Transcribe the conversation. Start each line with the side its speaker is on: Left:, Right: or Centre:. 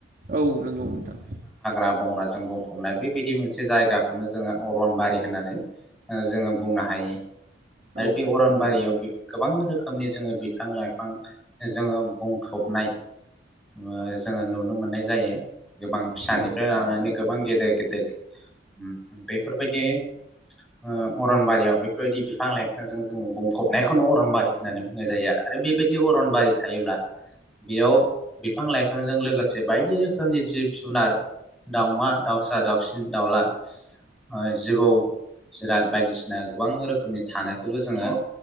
Right: औ नोंगौ नोंथां
Centre: आबावनाजों बुंफबनाय बिबायदि मोनसे जायगाखौनो जोंङो ओ अरनबारि होननानै ओ जोंङो बुंनो हायो आरो
Right: औ
Centre: बे अरनबारियाव
Right: नंगौ नोंथां
Centre: बि गोबां रोखोम रोखोमनि जोंङो बिफां लाइफां जोंङो बुंफबनाय ओ जोंङो नुनो मोननाय जायो गोबां फिसानिफ्राय
Right: औ
Centre: लानानै गोबां गेदेर गेदेर बेफोरबायदि ओ अरनबारियाव बेफोरबायदि बिफां लाइफांजों जोंङो बुंफबनायखौनो अरनबारि होननानै बुंनाय जायो आरो बेबायदि अरनबारि थायोब्ला बेयाव बिफां लाइफांजों लोगोसे बायदि रोखोमनि जिब जुनार दाउमा दाउसा दाउसिन दाउला ओ जिबौ जिराद बायदिसिना गोबां रोखोमनि थानायखौबो जोंङो